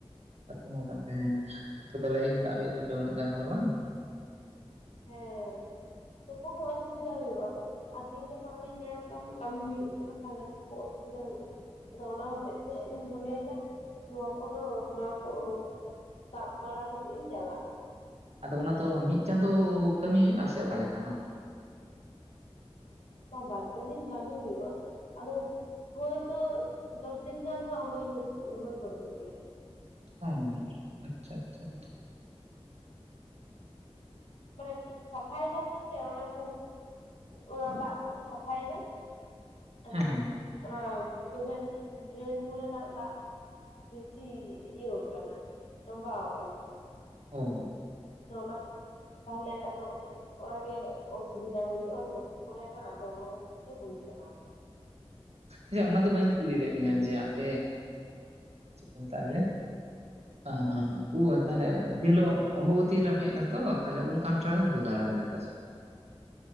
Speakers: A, on the right; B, on the left.
A: ᱠᱟᱛᱷᱟ ᱢᱟ ᱠᱟᱱ ᱜᱮ ᱦᱮᱸ ᱟᱯᱮ ᱫᱚ ᱞᱟᱭᱤᱱ ᱠᱟᱜ ᱦᱩᱭᱩᱜ ᱛᱟᱯᱮ
B: ᱦᱮᱸ
A: ᱩᱱᱟᱹ ᱜᱟᱱ ᱦᱚᱲ ᱵᱟᱝ?
B: ᱦᱮᱸ ᱛᱩᱯᱩ ᱠᱚ ᱚᱥᱩᱵᱤᱫᱟ ᱦᱩᱭᱩᱜᱼᱟ᱾ ᱟᱨ ᱛᱤᱦᱤᱧ ᱜᱟᱯᱟ ᱚᱸᱱᱮᱧ ᱧᱟᱹᱭᱟᱢ ᱠᱟᱱ ᱠᱟᱹᱢᱤ ᱦᱩᱭᱩᱜ ᱠᱟᱱᱟ ᱛᱟᱦᱚᱞᱮ ᱛᱩᱯᱩ ᱚᱥᱩᱵᱤᱫᱟ ᱦᱩᱭᱩᱜᱼᱟ᱾ ᱟᱫᱚ ᱚᱱᱟ ᱦᱚᱛᱮᱡ ᱛᱮ ᱤᱧ ᱢᱚᱱᱮᱭᱮᱫᱟ ᱱᱚᱣᱟ ᱠᱚᱫᱚ ᱱᱚᱣᱟ ᱠᱚ ᱥᱟᱵ ᱵᱟᱲᱟ ᱠᱟᱛᱮᱜ ᱤᱧ ᱪᱟᱞᱟᱜᱼᱟ᱾
A: ᱟᱫᱚ ᱚᱱᱟ ᱫᱚ ᱢᱤᱫ ᱪᱟᱸᱫᱚᱳ ᱠᱟᱹᱢᱤ ᱦᱩᱭᱩᱜᱼᱟ, ᱥᱮ ᱚᱠᱟ ᱞᱮᱠᱟ ᱚᱱᱟ ᱠᱚᱫᱚ?
B: ᱵᱟᱨᱯᱮ ᱫᱤᱱ ᱠᱟᱹᱢᱤ ᱦᱩᱭᱩᱜᱼᱟ ᱟᱫᱚ ᱦᱳᱭᱛᱚ ᱫᱚᱥᱫᱤᱱ ᱜᱟᱱ ᱫᱚ ᱦᱟᱸᱜ ᱦᱩᱭ ᱜᱚᱫᱚᱜ ᱜᱮᱭᱟ᱾
A: ᱚ ᱟᱪᱪᱷᱟᱻ ᱟᱪᱪᱷᱟᱻ ᱟᱪᱪᱷᱟᱻ᱾
B: ᱢᱟᱱᱮ ᱥᱟᱯᱷᱟᱭ ᱫᱟᱠᱚ ᱥᱮ ᱚᱱᱟ ᱠᱚ ᱚᱱᱟ ᱫᱟᱜ ᱠᱚᱠᱚ ᱥᱟᱯᱷᱟᱭ ᱫᱟ ᱟᱫᱚ
A: ᱦᱮᱸ ᱦᱮᱸ
B: ᱚᱱᱟ ᱫᱚᱢᱮ ᱰᱨᱮᱱ ᱠᱚᱨᱮᱱᱟᱜ ᱫᱟᱜ ᱵᱮᱥᱤ ᱤᱭᱟᱹ ᱠᱟᱱᱟ ᱛᱚᱵᱟᱣ ᱠᱟᱱᱟ᱾
A: ᱳᱻ᱾
B: ᱟᱫᱚ ᱚᱱᱟ, ᱛᱟᱦᱚᱞᱮ ᱟᱫᱚ ᱚᱱᱟᱜ ᱜᱮ ᱚᱥᱩᱵᱤᱫᱟ ᱦᱩᱭᱩᱜᱼᱟ᱾ ᱛᱳᱯᱳ ᱠᱚᱨᱮᱱᱟ ᱟᱫᱚ ᱚᱱᱟ ᱦᱚᱛᱮᱡ ᱛᱮ ᱵᱟᱹᱧ ᱪᱟᱞᱟᱜᱼᱟ᱾
A: ᱟᱪᱪᱷᱟ ᱚᱱᱟ ᱫᱚ ᱵᱟᱹᱧ ᱠᱩᱞᱤ ᱞᱮᱜ ᱢᱮᱭᱟ ᱡᱮ ᱟᱯᱮ, ᱪᱮᱫ ᱠᱚ ᱢᱮᱛᱟᱜᱼᱟ ᱡᱮ <unintelligible> ᱩᱹ ᱛᱟᱦᱚᱞᱮ
B: ᱥᱮ
A: ᱡᱮ ᱦᱤᱞᱳᱜ ᱟᱢᱵᱚᱵᱚᱛᱤ ᱦᱤᱞᱳᱜ ᱮᱡ ᱱᱟᱛᱚ ᱛᱟᱦᱞᱮ ᱩᱞ ᱠᱟᱱᱴᱷᱟᱲ ᱫᱚᱢ ᱟᱹᱜᱩ ᱫᱟᱨᱟ ᱞᱮᱫᱟ ᱥᱮ ᱵᱟᱝ?